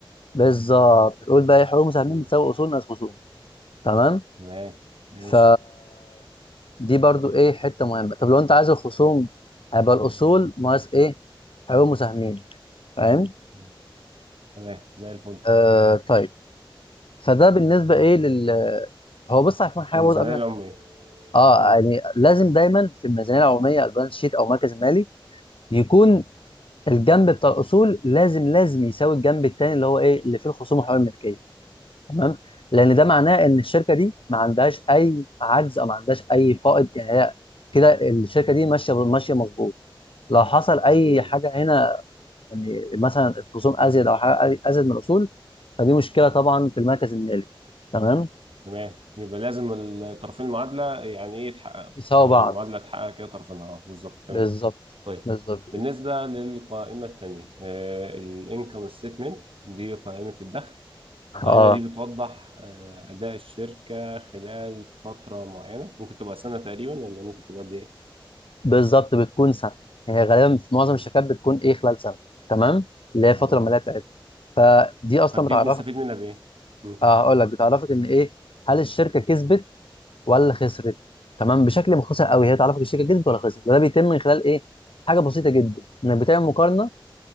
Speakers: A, on the left; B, on the right.
A: بالظبط تقول بقى ايه حقوق المساهمين
B: مم.
A: بتساوي اصول ناقص خصوم تمام
B: تمام ماشي
A: ف دي برضو ايه حته مهمه طب لو انت عايز الخصوم هيبقى الاصول ناقص ايه حقوق المساهمين فاهم
B: مم. تمام زي الفل
A: آه طيب فده بالنسبه ايه لل هو بص عشان حاجه
B: الميزانية
A: برضه قبل ما
B: العمرية
A: نكمل اه
B: مم.
A: يعني لازم دايما في الميزانيه العموميه او البالانس شيت او مركز مالي يكون الجنب بتاع الاصول لازم لازم يساوي الجنب الثاني اللي هو ايه اللي فيه الخصوم وحقوق الملكيه تمام لان ده معناه ان الشركه دي ما عندهاش اي عجز او ما عندهاش اي فائض يعني هي كده الشركه دي ماشيه ماشيه مظبوط لو حصل اي
B: مم.
A: حاجه هنا يعني مثلا الخصوم ازيد او حاجه ازيد من الاصول فدي مشكله طبعا في المركز المالي تمام
B: تمام يبقى لازم الطرفين المعادلة يعني إيه يتحقق
A: يساوي
B: يعني
A: بعض
B: المعادلة تحقق كده طرفينها أه بالظبط تمام
A: بالظبط
B: طيب
A: بالظبط كده
B: بالنسبة للقائمة التانية الانكم ستيتمنت دي قائمة الدخل
A: اه
B: القائمة دي بتوضح آه، أداء الشركة خلال فترة معينة ممكن تبقى سنة تقريبا ولا ممكن تبقى قد إيه؟
A: بالظبط بتكون سنه هي غالبا في معظم
B: مم.
A: الشركات بتكون ايه خلال سنه تمام اللي هي الفتره
B: تمام
A: الماليه بتاعتها فدي اصلا
B: طب
A: بتعرفك
B: دي بنستفيد منها بايه؟ مم.
A: آه، هقول لك بتعرفك ان ايه هل الشركه كسبت ولا خسرت تمام بشكل مختصر قوي هي بتعرفك الشركه كسبت ولا خسرت وده بيتم من خلال ايه حاجه بسيطه جدا انك بتعمل مقارنه